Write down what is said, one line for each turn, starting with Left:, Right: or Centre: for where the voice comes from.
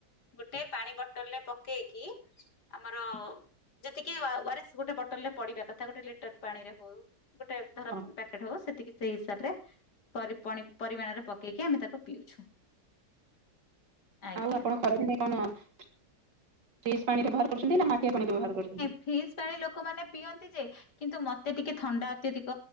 Left: ଗୋଟେ ପାଣି ବୋଟଲରେ ପକେଇକି ଆମର ଯେତିକି ଓଆରେସ ଗୋଟେ ବଟଲ ରେ ପଡିବା କଥା ଗୋଟେ ଲିଟର ପାଣି ରେ ହଉ ଗୋଟେ ଧର
Right: ହଁ
Left: ପ୍ୟାକେଟ ହଉ ସେତିକି ସେଇ ହିସାବ ପରି ପାଣି ପରିମାଣରେ ପକେଇକି ଆମେ ତାକୁ ପିଉଛୁ। ଆଜ୍ଞା।
Right: ଆଉ ଆପଣ ଖରାଦିନେ କଣ ଫ୍ରିଜ ପାଣି ବ୍ୟବହାର କରୁଛନ୍ତି ନା ମାଟିଆ ପାଣି ବ୍ୟବହାର କରୁଛନ୍ତି?
Left: ଫ୍ରିଜ୍ ପାଣି ଲୋକମାନେ ପିଅନ୍ତି ଯେ କିନ୍ତୁ ମତେ ଟିକେ ଥଣ୍ଡା ଅତ୍ୟଧିକ